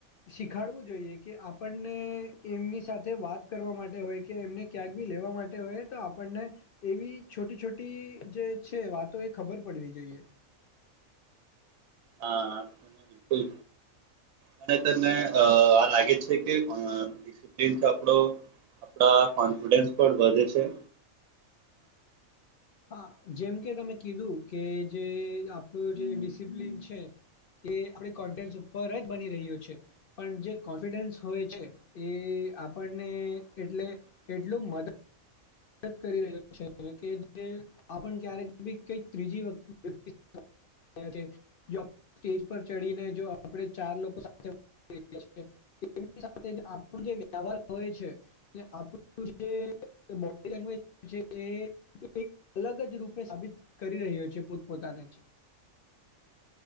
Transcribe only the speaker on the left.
શીખાડવું જોઈએ કે આપણને એમની સાથે વાત કરવા માટે હોય કે એમને ક્યાંક બી લેવા માટે હોયએ તો આપણને એવી છોટી છોટી જે છે વાતો એ ખબર પડવી જોઈએ
હા જેમ કે તમે કીધું કે જે આપણું જે ડિસિપ્લન છે એ આપડી કોન્ટેન્ટ ઉપર જ બની રહ્યો છે. પણ જે કોન્ફિડન્સ હોય છે એ આપણને એટલે એટલું મદદ કરી રહ્યો છે કે જે આપણ ક્યારેક બી કઈક ત્રીજી <unintelligible> વતતિ <unintelligible> સ્ટેજ પર ચડીને જો આપણે ચાર લોકો સાથે <inaudible> એની <unintelligible> સાથે આપણો જે વ્યવહાર હોય છે કે આપણું જે ્ <unintelligible> જ એક અલગ જ રૂપે સાબિત કરી રહ્યો છે પોત પોતાને જ